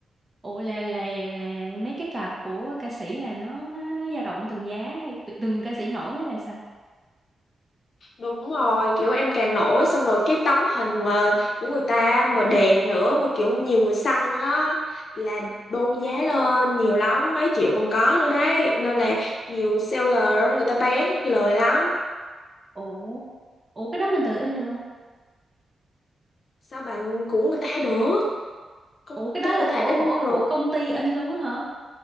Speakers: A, on the right; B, on the left.
A: ủa là là là mấy cái card của ca sĩ là nó nó nó dao động từng giá hay tu- từng ca sĩ nổi hay là sao
B: Đúng rồi, kiểu em càng nổi xong rồi cái tấm hình mà của người ta mà đẹp nữa mà kiểu nhiều người săn á là đôn giá lên nhiều lắm, mấy triệu còn có nữa đấy. Nên là nhiều seller người ta bán lời lắm.
A: ủa ủa cái đó mình tự in được không
B: Sao bạn của người ta được? Công
A: ủa cái đó
B: ty
A: là
B: người
A: của
B: ta in
A: của
B: rồi.
A: của công ty in luôn á hả